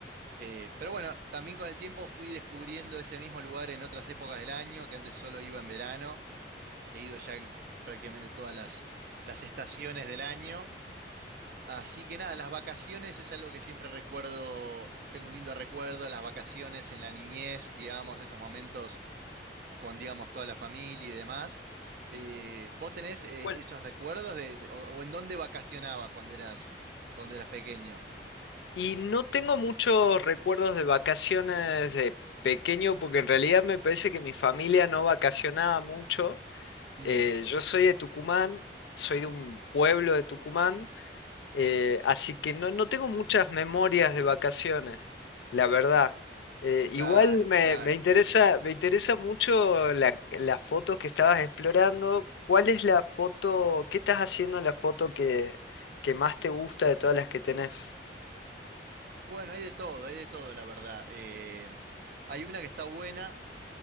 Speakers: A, on the right; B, on the left.
A: Eh, pero bueno, también con el tiempo fui descubriendo ese mismo lugar en otras épocas del año, que antes solo iba en verano, he ido ya en prácticamente todas las, las estaciones del año. Así que nada, las vacaciones es algo que siempre recuerdo, tengo un lindo recuerdo, las vacaciones en la niñez, digamos, esos momentos con, digamos, toda la familia y demás. Eh, ¿vos tenés eh,
B: Bueno,
A: esos recuerdos de, de- o, o en dónde vacacionabas cuando eras, cuando eras pequeño?
B: Y no tengo muchos recuerdos de vacaciones de pequeño, porque en realidad me parece que mi familia no vacacionaba mucho.
A: Mm,
B: Eh, yo soy de Tucumán, soy de un pueblo de Tucumán, Eh, así que no, no tengo muchas memorias de vacaciones, la verdad. Eh,
A: claro,
B: igual me,
A: claro.
B: me interesa, me interesa mucho la- las fotos que estabas explorando. ¿Cuál es la foto, qué estás haciendo en la foto que, que más te gusta de todas las que tenés?
A: Bueno, hay de todo, hay de todo, la verdad. Eh, hay una que está buena,